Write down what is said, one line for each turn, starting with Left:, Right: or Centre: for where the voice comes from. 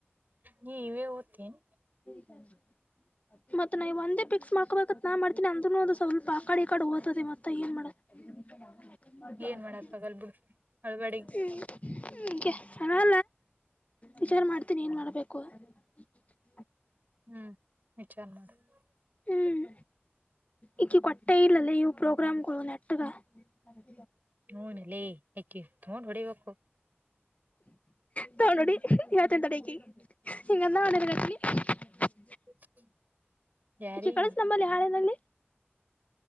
Right: ನೀ ಇವೇ ಓದ್ತೇನ್
Left: <unintelligible> <inaudible> ಮತ್ತತ್ ನ್ ಒಂದೇ ಫಿಕ್ಸ್ ಮಾಡ್ಕೋ ನಾ ಮಾಡ್ತೀನಿ ಅಂದ್ನು ಒಂದು ಸ್ವಲ್ಪ ಆ ಕಾಡಿ ಈಕಾಡಿ, ಹಓದತದೆ ಮತ್ತ ಏನ್ ಮಾಡ. <unintelligible>
Right: ಏನ್ ಮಾಡಕ್ ಆಗಲ್ ಬಿಡು ಅಳ್ಬಾಡಿಗ್
Left: ಹ್ಮ್. <unintelligible> ಹಾಂಗೆ,, ಹಾಮಾ ವಿಚಾರ ಮಾಡ್ತೀನಿ! ಏನ್ ಮಾಡ್ಬೇಕು? <unintelligible>
Right: ಹ್ಮ್, ವಿಚಾರ, ಮಾಡು. <unintelligible>
Left: ಹ್ಮ್, ಇಕ್ಕಿ, ಕೊಟ್ಟೆ ಇಲ್ಲಲೇ ಪ್ರೋಗ್ರಾಮ್ ಕೊಡು, ನೆಟ್ಟಗ. <unintelligible>
Right: ಹೂನಲ್ಲೇ, ಯಕಿ, ತಕೊಂಡು, ಹೊಡಿಬೇಕು? <unintelligible>
Left: ತಗೊಂಡು ಹೊಡಿ ಯಾಕೆ, ತಡಕ್ಕಿ. <unintelligible> ಸಿಗಲ್ಲ, ನಿನ್ನ ಗೆಳತಿ? <unintelligible>
Right: <unintelligible> <inaudible> ಯಾರಿಗಿ
Left: ಇಕ್ಕಿ, ಕಲ್ಷುರಮ್ಮ, ಯಾರಾದರೂ ಅಲ್ಲಿ.